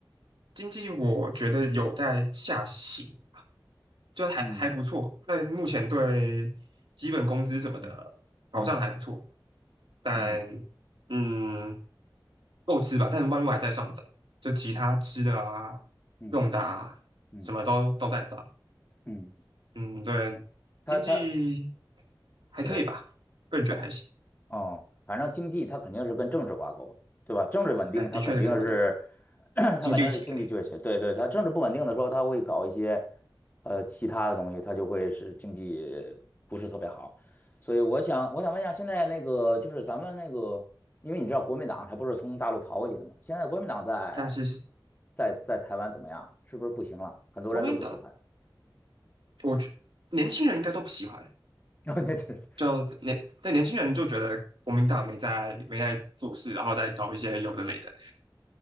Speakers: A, on the right (about 80°); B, on the left (about 25°).
A: 经济我觉得有在下行，就还还不错。
B: 嗯。
A: 但目前对基本工资什么的保障还不错，
B: 嗯
A: 但嗯
B: 嗯。
A: 够吃吧。但万物还在上涨，就其他吃的啊、
B: 嗯
A: 用的啊，
B: 嗯
A: 什么都都在涨。
B: 嗯，
A: 嗯，对，
B: 他他
A: 经济还可以吧，
B: 对
A: 个人觉得还行。
B: 他哦，反正经济他肯定是跟政治挂钩的，对吧？政治稳定，
A: 对，
B: 他肯定是
A: 的确是跟国内有关，
B: <clears throat> 他肯定是经济缺血。
A: 经济有起飞，
B: 对对，他政治不稳定的时候，它会搞一些呃其他的东西，他就会使经济不是特别好。所以我想我想问一下，现在那个就是咱们那个，因为你知道国民党他不是从大陆逃过去的嘛？现在国民党在
A: 但是
B: 在在台湾怎么样？是不是不行了？很多人都不喜欢。
A: 国民党，我觉年轻人应该都不喜欢，
B: <laughs> 然后你就是
A: 就年但年轻人就觉得国民党没在没在做事，然后再搞一些有的没的，